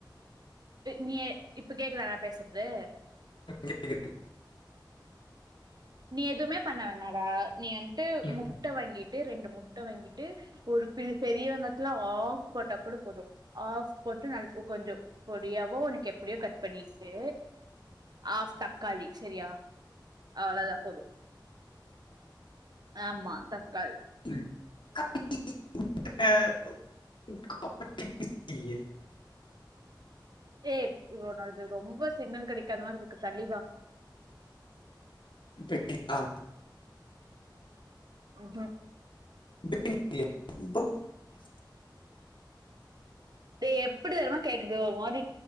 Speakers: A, on the right (about 55°); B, on the left (about 75°).
A: நீ இப்ப கேக்குதா நா பேசுறது
B: கேக்குது
A: நீ எதுமே பண்ண வேணாடா நீ வந்துட்டு
B: ம்,
A: முட்ட வாங்கிட் டு ரெண்டு முட்ட வாங்கிட்டு ஒரு பெரியவெங்கத்துல ஆஃப் போட்டா கூட போது ஆஃப் போட்டு நல் கொஞ்ச பொடியாவோ உனக்கு எப்படியோ கட் பண்ணிட்டு ஆஃப் தக்காளி சரியா அவ்ளோதா போது ஆமா தக்காளி
B: <inaudible> <inaudible>
A: ஏ இவள நால்து ரொம்ப சிக்னல் கெடைக்காத மாதிரிருக்கு தள்ளிவா <inaudible>
B: இப்ப கேக்தா
A: உஹூ
B: ப்ப
A: ஏ எப்டி தெரிமா கேக்குது ஒரு மாரி